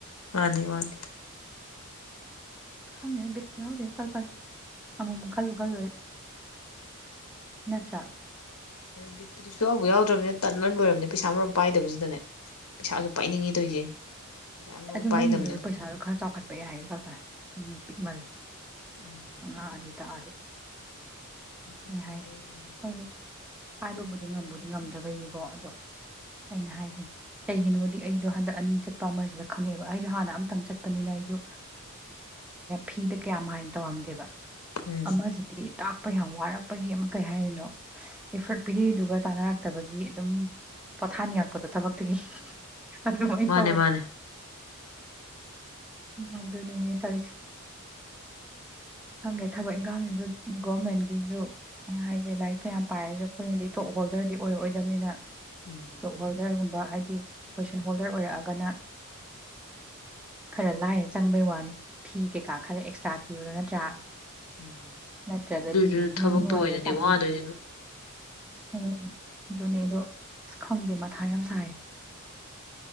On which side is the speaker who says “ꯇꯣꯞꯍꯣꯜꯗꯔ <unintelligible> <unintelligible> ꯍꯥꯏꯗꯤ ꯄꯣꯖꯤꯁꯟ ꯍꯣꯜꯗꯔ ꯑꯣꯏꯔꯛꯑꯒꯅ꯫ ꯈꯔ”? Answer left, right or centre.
Centre